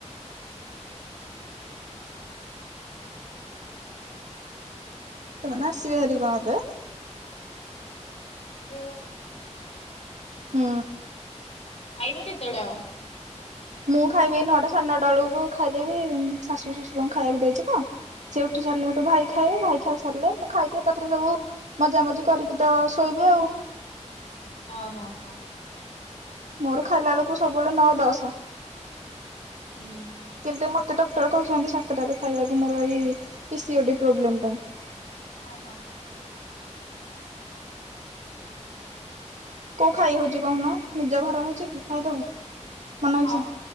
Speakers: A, on the right (about 75°); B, on the left (about 55°).
A: ସେମାନେ ଆସିବେ ହାରିମ ଏବେ।
B: ଦେହ ଭଲ ନ
A: ହୁଁ।
B: ଖାଇବ କେତେବେଳେ ଆଉ?
A: ମୁଁ ଖାଇବି ନଅଟା ସାଢେ ନଅଟା ବେଳକୁ ଖାଇଦେବି ଶାଶୁ ଶ୍ୱଶୁରଙ୍କୁ ଖାଇବାକୁ ଦେଇଛି ତ। ସେ ଉଠି ସାରିଲେ ହେଠୁ ଭାଇ ଖା ଖାଇବେ ଭାଇ ଖାଇ ସାରିଲେ ମୁଁ ଖାଇକି ଏକାଥରେ ସବୁ ମଜା ମଜି କରିକି ତ ଶୋଇବି ଆଉ।
B: ଓହୋ ହଁ।
A: ମୋର ଖାଇଲା ବେଳକୁ ସବୁବେଳେ ନଅ ଦଶ।
B: ହୁଁ।
A: କିନ୍ତୁ ମୋତେ ଡକ୍ଟର କହିଛନ୍ତି ସାତଟାରେ ଖାଇବାକୁ। ମୋର ଏଇ P C O D problem ପାଇଁ।
B: ଓହୋ।
A: କୋଉ ଖାଇ ହଉଛି କହୁନ ନିଜ ଘର ହେଇଛି କି ଖାଇଦବୁ। ମନ ଇଚ୍ଛା।
B: ହଁ